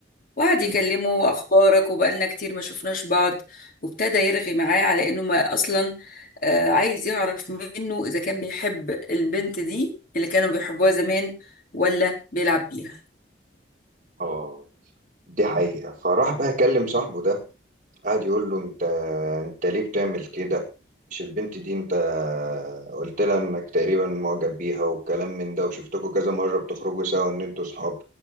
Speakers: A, on the left (about 50°); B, on the right (about 45°).
A: وقعد
B: مم.
A: يكلمه اخبارك وبقالنا كتير ما شفناش بعض وابتدى يرغي معاه على انه ما اصلا آه، عايز يعرف منه اذا كان بيحب البنت دي اللي كانوا بيحبوها زمان ولا بيلعب بيها
B: آه دي حقيقة فراح بقى أكلم صاحبه ده قعد يقول له انت انت ليه بتعمل كده مش البنت دي انت قلت لها انك تقريبا معجب بيها وكلام من ده وشفتكوا كذا مرة بتخرجوا سوا ان انتوا صحاب